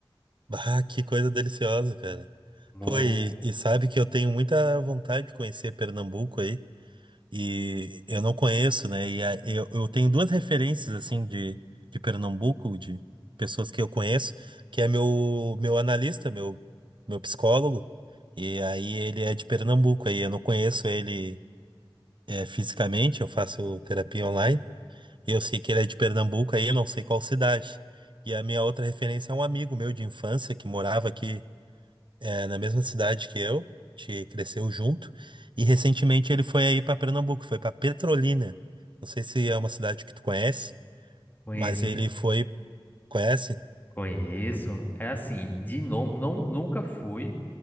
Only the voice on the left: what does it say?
Mu-
Conheço,
conheço. É assim, de nome, não, nunca fui,